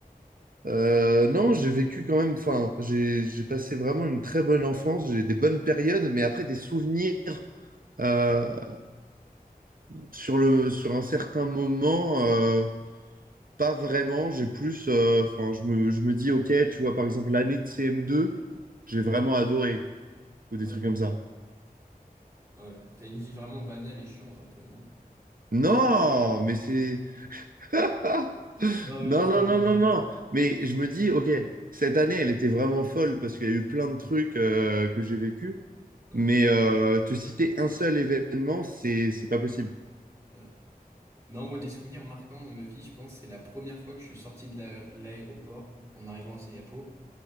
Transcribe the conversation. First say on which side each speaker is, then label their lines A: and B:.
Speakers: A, on the right (about 65°); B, on the right (about 20°).
A: Euh,
B: euh,
A: non, j'ai vécu quand même. Enfin, j'ai j'ai passé vraiment une très bonne enfance. J'ai des bonnes périodes, mais après des souvenirs. euh, Sur le, sur un certain moment, euh, pas vraiment. J'ai plus, euh, enfin, je me, je me dis, ok, tu vois, par exemple, l'année de CM2, j'ai vraiment adoré, ou
B: Ouais.
A: des trucs comme ça.
B: Ouais. T'as une vie vraiment banale et chiante un peu, non?
A: Non, mais c'est, ah,
B: Ah
A: non,
B: ouais, c'est bien,
A: non, non,
B: c'est
A: non,
B: bien.
A: non. Mais je me dis, ok, cette année, elle était vraiment folle parce qu'il y a eu plein de trucs euh, que j'ai vécu.
B: Ouais.
A: Mais euh, te citer un seul événement, c'est, c'est pas possible.
B: ouais. Non, moi, des souvenirs marquants dans ma vie, je pense, c'est la première fois que je suis sorti de la- l'aéroport en arrivant à Singapour.